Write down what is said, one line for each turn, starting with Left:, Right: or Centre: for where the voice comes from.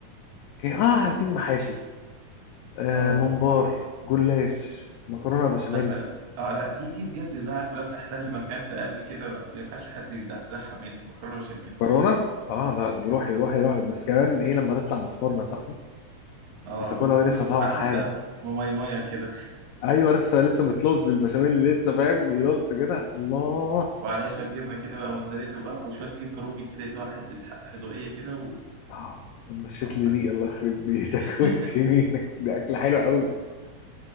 Left: اه عايزين محاشي آه
Right: اه
Left: ممبار
Right: اه
Left: جلاش مكرونه بشاميل
Right: مثلا اه لا دي دي بجد بقى عارف لو تحتل مكان في قلبي كده ما ينفعش حد يزحزحها مني مكرونه بشاميل
Left: كورونا اه لا دي روحي روحي روحي بس كمان ايه لما تطلع من الفرن يا صاحبي
Right: اه
Left: وتاكلها
Right: وتكون
Left: وهي لسه
Right: م-
Left: طالعه
Right: عارف
Left: حالا
Right: انت مميمية كده
Left: ايوه لسه لسه بتلص البشاميل اللي لسه فاهم بيلص كده الله
Right: وعليها شويه جبنه كده بقى موتزاريلا وآه، وشويه جبنه رومي كده يدوها حته ح- حدوقيه كده و...
Left: آه، مشيت
Right: آه
Left: لي
Right: بس
Left: ريق الله يخرب بيتك
Right: <laughs>
Left: <laughs> وانت سنينك دي اكله حلوه قوي